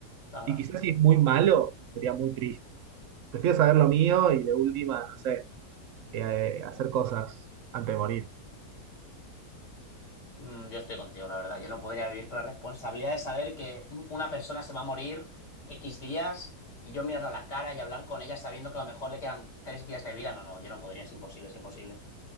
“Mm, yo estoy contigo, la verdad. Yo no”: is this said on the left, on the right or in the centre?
Left